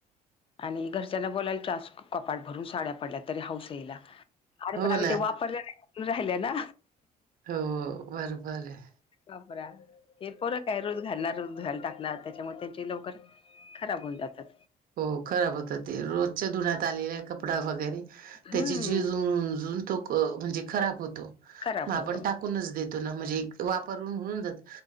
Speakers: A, on the left; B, on the right.
A: आणि घरच्यांना बोलायला चान्स, कपाट भरून साड्या पडल्यात तरी हौस हिला, अरे पण
B: हो
A: आम्ही
B: ना
A: ते वापरल्या नाही म्हणुन राहिल्या ना
B: हो बरोबर आहे.
A: वापरा. हे फरक आहे रोज घालणार रोज धुवायाला टाकणार त्याच्यामुळे त्यांची लवकर खराब होऊन जातात.
B: हो खराब होतात ते रोजच्या धुण्यात आलेला कपडा वगैरे
A: हम्म.
B: त्याची झीज होऊन अजून तो म्हणजे खराब होतो.
A: खराब
B: मग आपण
A: होतो.
B: टाकूनच देतो ना म्हणजे एक वापर होऊन जातो.